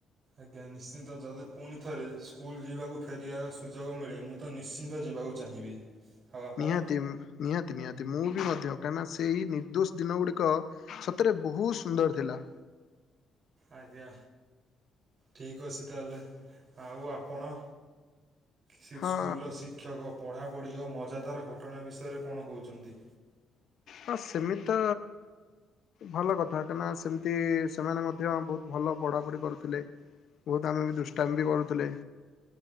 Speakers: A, on the right; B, on the left.
A: ଆଜ୍ଞା ନିଶ୍ଚିନ୍ତ ଯଦି ପୁଣି ଥରେ ସ୍କୁଲ ଯିବାକୁ ଫେରିବାର ସୁଯୋଗ ମିଳେ ମୁଁ ତ ନିଶ୍ଚିନ୍ତ ଯିବାକୁ ଚାହିଁବି। ଆଉ ଆପଣ?
B: ନିହାତି ନିହାତି ନିହାତି ମୁଁ ବି ମଧ୍ୟ କାହିଁକି ନା ସେଇ ନିର୍ଦ୍ଦୋଷ ଦିନ ଗୁଡିକ ସତରେ ବହୁତ ସୁନ୍ଦର ଥିଲା।
A: ଆଜ୍ଞା। ଠିକ ଅଛି ତାହେଲେ। ଆଉ ଆପଣ ସେ
B: ହଁ
A: ସ୍କୁଲର ଶିକ୍ଷକ ପଢ଼ାପଢ଼ି ଓ ମଜାଦାର ଘଟଣା ବିଷୟରେ କଣ କହୁଚନ୍ତି?
B: ହଁ ସେମିିତି ତ ଭଲ କଥା। କାହିଁକିନା ସେମିତି ସେମାନେ ମଧ୍ୟ ବହୁତ ଭଲ ପଢାପଢି କରୁଥିଲେ। ବହୁତ ଆମେ ବି ଦୁଷ୍ଟାମୀ ବି କରୁଥିଲେ।